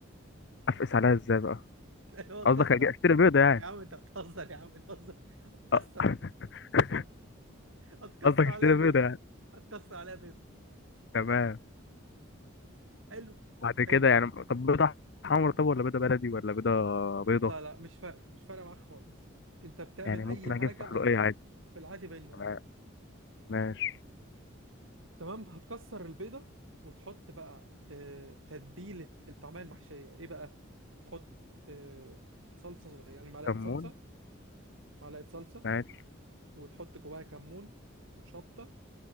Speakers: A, on the left; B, on the right.
A: افقس عليها ازاي بقى
B: <laughs> اللي هو تكسر
A: قصدك أجي- اشتري بيضه يعني
B: يا عم انت بتهزر يا عم بتهزر هتكسر
A: آه. <laughs>
B: هتكسر
A: قصدك
B: عليها
A: اشتري
B: بيضه
A: بيضه يعني
B: هتكسر عليها بيضه
A: تمام
B: حلو
A: بعد كده
B: حلو
A: يعني طب بيضه حمرا طب ولا بيضه بلدي ولا بيضه بيضه
B: لا لا مش فارقه مش فارقه معاك خالص انت بتعمل
A: يعني
B: اي
A: ممكن
B: حاجه
A: اجيب فحلوقيه
B: عادي
A: عادي
B: في العادي بين النهار
A: تمام ماشي
B: تمام هتكسر البيضه وتحط بقى آه، تتبيله الطعميه المحشيه ايه بقى هتحط آه، صلصه صغ- يعني معلقه
A: كمون
B: صلصه معلقه صلصه
A: ماشي
B: وتحط جواها كمون وشطه